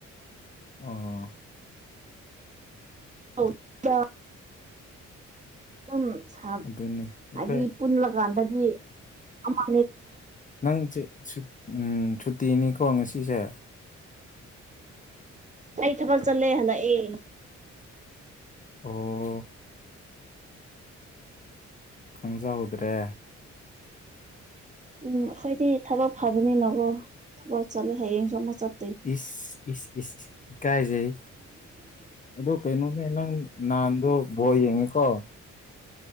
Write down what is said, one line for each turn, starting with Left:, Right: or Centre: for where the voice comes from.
Left: ꯑꯣ
Right: ꯑꯧ <unintelligible> ꯑꯗꯨꯝ <unintelligible>
Left: ꯑꯗꯨꯅꯤ ꯑꯩꯈꯣꯏ
Right: ꯍꯥꯏꯗꯤ ꯄꯨꯜꯂꯀꯥꯟꯗꯗꯤ ꯑꯃ
Left: ꯅꯪ ꯆꯦ ꯁꯨ ꯎꯝ ꯁꯨꯇꯤꯅꯤꯀꯣ ꯉꯁꯤꯁꯦ
Right: ꯑꯩ ꯊꯕꯛ ꯆꯠꯂꯦ ꯍꯜꯂꯛꯑꯦ
Left: ꯑꯣ ꯈꯪꯖꯍꯧꯗ꯭ꯔꯦ
Right: ꯎꯝ ꯑꯈꯣꯏꯗꯤ ꯊꯕꯛ ꯐꯥꯕꯅꯤꯅꯒꯣ ꯊꯕꯛ ꯆꯠꯂꯦ ꯍꯌꯦꯡꯁꯨ ꯑꯃꯨꯛ ꯆꯠ
Left: ꯏꯁ ꯏꯁ ꯏꯁ ꯏꯀꯥꯏꯖꯩ ꯑꯗꯣ ꯀꯩꯅꯣꯅꯦ ꯅꯪ ꯅꯍꯥꯟꯗꯣ ꯕꯣꯜ ꯌꯦꯡꯉꯤꯀꯣ